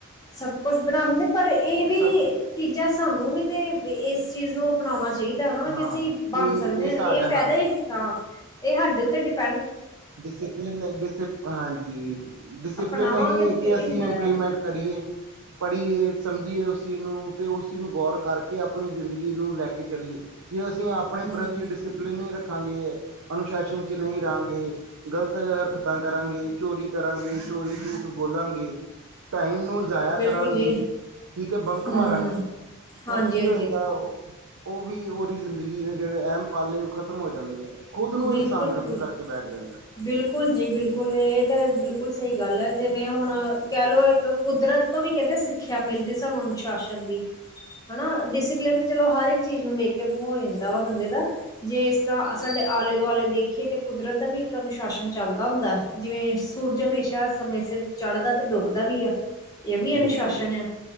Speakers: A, on the left (about 15°); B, on the right (about 75°).
A: ਸਬ ਕੁਛ ਬਣਾਂਦੇ ਨੇ ਪਰ ਏ ਵੀ
B: ਸਭ
A: ਚੀਜਾਂ ਸਾਨੂੰ ਵੀ ਤੇ ਵ ਏਸ ਚੀਜ ਨੂੰ ਅਪਣਾਉਣਾ ਚਾਈਦਾ ਹਣਾ ਕਿ
B: ਹਾਂ
A: ਅਸੀ
B: ਕਿ
A: ਬਣ ਸਕਦੇ
B: ਇਹ
A: ਆਂ
B: ਸਾਡਾ
A: ਏ ਫੈਦਾ ਏ ਆਂ ਏ ਹਾਡੇ ਉੱਤੇ ਡਿਪ
B: ਡਿਸਿਪਲੀਨ ਅ ਡਿਸਪ ਹਾਂਜੀ ਡਿਸਪਲਿਨ
A: ਅਪਣਾਵਾਂਗੇ
B: ਐਹੀ ਹੈ
A: ਤੇ
B: ਕਿ
A: ਫੇਰ
B: ਅਸੀ
A: ਹੀ ਹੁੰਦਾ
B: ਇੰਪਲੀਮੈਂਟ
A: ਆ
B: ਕਰੀਏ, ਪੜੀਏ ਸਮ ਜੇ ਓਸ ਚੀਜ਼ ਨੂੰ ਤੇ ਉਸ ਚੀਜ਼ ਨੂੰ ਗੌਰ ਕਰਕੇ ਆਪਣੀ ਜਿੰਦਗੀ ਨੂੰ ਲੈ ਕੇ ਚਲੀਏ। ਜੇ ਅਸੀ ਆਪ
A: ਹੂੰ-ਹੂੰ-ਹੂੰ
B: ਆਪਨੇ ਪ੍ਰਤੀ ਡਿਸਪਲਿਨ ਨਈ ਰੱਖਾਂਗੇ ਅਨੁਸ਼ਾਸ਼ਨ ਚ ਨਈ ਰਆਂਗੇ। ਗਲਤ ਹਰਕਤਾਂ ਕਰਾਂਗੇ, ਚੋਰੀ ਕਰਾਂਗੇ, ਚੋਰੀ ਝੂਠ ਬੋਲਾਂਗੇ ਟਾਈਮ ਨੂੰ ਜਾਇਆ
A: ਬਿਲਕੁਲ
B: ਕਰਾਂਗੇ,
A: ਜੀ
B: ਪੀ ਕੇ ਬੰਕ
A: ਹੂੰ-ਹੂੰ
B: ਮਾਰਾਂਗੇ। ਤੋਂ
A: ਹਾਂਜੀ-ਹਾਂਜੀ
B: ਕੀ ਹੋ ਜਾਂਦੈ ਉਹ ਓ ਵੀ ਓਰੀ ਜ਼ਿੰਦਗੀ ਦੇ ਜੇੜੇ ਅਹਿਮ ਪਾਲੇ ਓ ਖ਼ਤਮ ਹੋ ਜਾਂਦੇ ਨੇ। ਖ਼ੁਦ ਨੂੰ
A: ਬਿਲਕੁਲ
B: ਇਨਸਾਨ ਖਤਮ
A: ਜੀ
B: ਕਰਕੇ ਬੈਠ ਜਾਂਦੈ।
A: ਬਿਲਕੁਲ ਜੀ ਬਿਲਕੁਲ ਏ ਤਾ ਬਿਲਕੁਲ ਸਈ ਗੱਲ ਐ। ਜਿਵੇਂ ਹੁਣ ਕੈ ਲਓ ਇੱਕ ਕੁਦਰਤ ਤੋ ਵੀ ਕੈਂਦੇ ਸਿੱਖਿਆ ਮਿਲਦੀ ਸਾਨੂੰ ਅਨੁਸ਼ਾਸ਼ਨ ਦੀ। ਹਨਾ, ਡਿਸਿਪਲਿਨ ਤੇ ਚਲੋ ਹਰ ਇੱਕ ਚੀਜ ਨੂੰ ਵੇਖ ਕੇ ਹੋ ਜਾਂਦਾ ਵਾ ਬੰਦੇ ਦਾ। ਜੇ ਇਸ ਤਰਾਂ ਸਾਡੇ ਆਲੇ ਦੁਆਲੇ ਦੇਖੀਏ ਤੇ ਕੁਦਰਤ ਦਾ ਵੀ ਇੱਕ ਅਨੁਸ਼ ਸ਼ਾਸ਼ਨ ਚਲਦਾ ਹੁੰਦਾ ਜਿਵੇਂ ਸੂਰਜ ਹਮੇਸ਼ਾ ਸਮੇਂ ਸਿਰ ਚੜ੍ਹਦਾ ਤੇ ਡੁੱਬਦਾ ਵੀ ਆ। ਏ ਵੀ
B: ਬਿਲਕੁਲ
A: ਅਨੁਸ਼ਾਸ਼ਨ ਆ